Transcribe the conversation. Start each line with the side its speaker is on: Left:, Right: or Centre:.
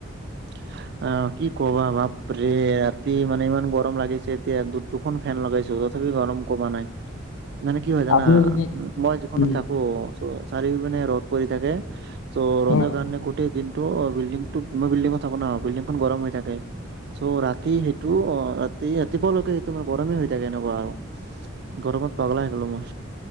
Right: <inaudible> অ কি ক'বা ভাপ ৰে ৰাতি মানে ইমান গৰম লাগিছে এতিয়া দু দুখন ফেন লগাইছো তথ গৰম কমা নাই মানে কি হয় জানা
Left: আপুনি যদি
Right: মই যিখনোনো
Left: উম,
Right: থাকো চ' চাৰিও পিনে ৰ'দ পৰি থাকে চ' ৰ'দৰ
Left: অ',
Right: কাৰণে গোটেই দিনটো অ' বিল্ডিং টো মই বিল্ডিংত থ ন বিল্ডিংখন গৰম হৈ থাকে চ' ৰা কি সেইটো অ' ৰাতি ৰাতিপুৱালৈকে সেইটো মানে গৰমেই হৈ থাকে এনেকুৱা আৰু। গৰমত পাগলা হৈ গলো মই।